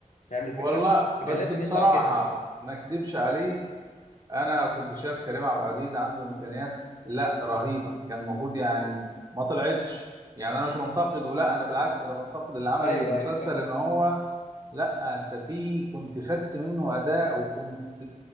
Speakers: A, on the left; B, on the right.
A: فاهم الفكره
B: والله بس
A: فكان لازم
B: بصراحه
A: يطلع كده
B: ما اكدبش عليك انا كنت شايف كريم عبد العزيز عنده امكانيات لا رهيبه كان المفروض يعني ما طلعتش يعني انا مش بنتقده لا انا بالعكس انا بنتقد اللي عمل
A: ايوه
B: المسلسل
A: ايوه فاهم
B: ان
A: قصدك
B: هو لا انت في كنت خدت منه اداء وكنت